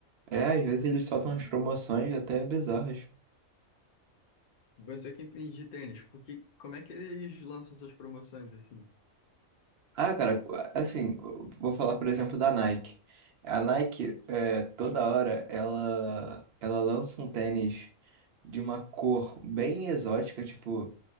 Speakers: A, on the right; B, on the left.
A: É, às vezes eles soltam umas promoções até bizarras.
B: Você que entende de tênis, porque como é que eles lançam essas promoções assim?
A: Ah, cara, assim, vou falar, por exemplo, da Nike. A Nike, é, toda hora, ela, ela lança um tênis de uma cor bem exótica, tipo,